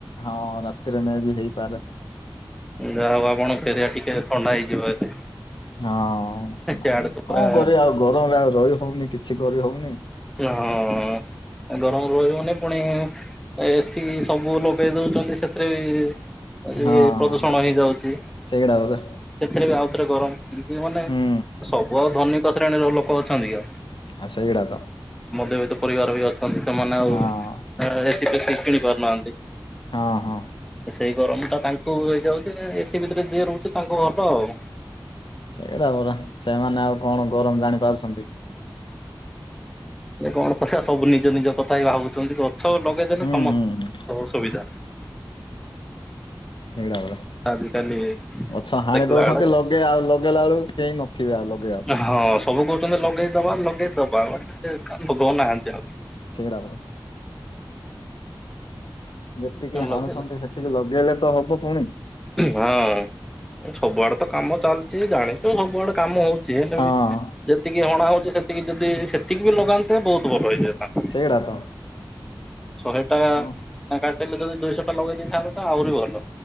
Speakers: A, on the left; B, in the centre.
A: ହଁ ରାତିରେ ମେ ବି ହେଇପାରେ।
B: ଯାହା ହଉ ଆପଣ ଏରିଆ ଟିକେ ଥଣ୍ଡା ହେଇଯିବ ହେଲେ।
A: ହଁ ନାଇଁ
B: ଇଆଡେ ତ ପୁରା
A: କଣ କରିବା ଆଉ ଗରମରେ ଆଉ ରହି ହଉନି କିଛି କରି ହଉନି
B: ହଁ ଗରମ ରୁ ରହିହେଉନି ପୁଣି ଏସି ସବୁ ଲଗେଇ ଦଉଛନ୍ତି ସେଥିରେ ବି
A: ହଁ
B: ଏ ପ୍ରଦୂଷଣ
A: ହଁ
B: ହେଇଯାଉଛି ସେଥିରେ
A: ସେଇଗୁଡା ପରା
B: ବି ଆଉଥରେ ଗରମ ମାନେ
A: ହୁଁ
B: ସବୁ ଆଉ ଧନିକ ଶ୍ରେଣୀର ଲୋକ ଅଛନ୍ତିକି ଆଉ
A: ଆଉ ସେଇଗୁଡା ତ
B: ମଧ୍ୟବିତ୍ତ ପରିବାର ବି ଅଛ ସେମାନେ ଆଉ
A: ହଁ
B: ଏସି ଫେସି କିଣି ପାରୁନାହାନ୍ତି
A: ହଁ ହଁ
B: ସେଇ ଗରମ ଟା ତାଙ୍କୁ ହେଇଯାଉଛି ଏସି ଭିତରେ ଯିଏ ରହୁଛି ତାଙ୍କୁ ଭଲ ଆଉ।
A: ସେଇଟା ପରା ସେମାନେ ଆଉ କଣ ଗରମ ଜାଣିପାରୁଛନ୍ତି
B: ଏ କଣ କଥା ସବୁ ନିଜ ନିଜ କଥା ହିଁ ଭାବୁଛନ୍ତି ଗଛ ଲଗେଇଦେଲେ
A: ହୁଁ
B: ସମସ୍ତଙ୍କର
A: ହୁଁ ହୁଁ
B: ସୁବିଧା।
A: ସେଇଟା ପା
B: ଆଜିକାଲି
A: ଗଛ ହାଣି
B: ଦେଖିଲା
A: ଦଉଛନ୍ତି
B: ବେଳେ
A: ଲଗେଇ ଆଉ ଲଗେଇଲା ବେଳକୁ କେହି ନଥିବେ ଆଉ ଲଗେଇବା ପାଇଁ।
B: ହଁ ସବୁ କହୁଛନ୍ତି ଲଗେଇଦବା ଲଗେଇଦବା <unintelligible> ଲଗଉନାହାନ୍ତି ଆଉ
A: ସେଇଟା ପରା ଯେତିକି
B: ଲଗେଇଲେ
A: ହାଣୁଛନ୍ତି ସେତିକି ଲଗେଇଲେ ତ ହବ ପୁଣି
B: ହଁ ସବୁଆଡେ ତ କାମ ଚାଲିଛି ଜାଣିଛୁ ସବୁଆଡେ କାମ ହଉ ଯେ ହେଲେ
A: ହଁ
B: ବି ଯେତିକି ହଣା ହଉଛି ସେତିକି ଯଦି ସେତିକି ବି ଲଗାନ୍ତେ ବହୁତ ଭଲ ହେଇଯାଆନ୍ତା।
A: ସେଇଗୁଡା ତ
B: ଶହେ ଟା
A: ଆଉ
B: ନା କାଟିଲି ଯଦି ଦୁଇଶହ ଟା ଲଗେଇ ଦେଇଥାନ୍ତେ ତ ଆହୁରି ଭଲ।